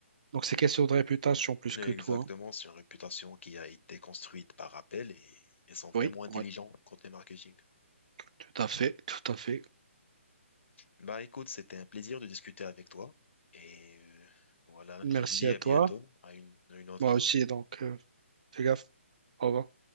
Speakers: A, on the right (about 30°); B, on the left (about 60°).
A: Donc, c'est question de réputation plus
B: Exactement,
A: que toi.
B: c'est une réputation qui a été construite par Apple et ils sont vraiment
A: Oui,
B: intelligents
A: oui,
B: côté marketing.
A: tout à fait, tout à fait.
B: Bah écoute, c'était un plaisir de discuter avec toi et euh, voilà,
A: Merci
B: je te dis
A: à
B: à
A: toi.
B: bientôt, à une, à une autre.
A: Moi aussi, donc, euh, fais gaffe. Au revoir.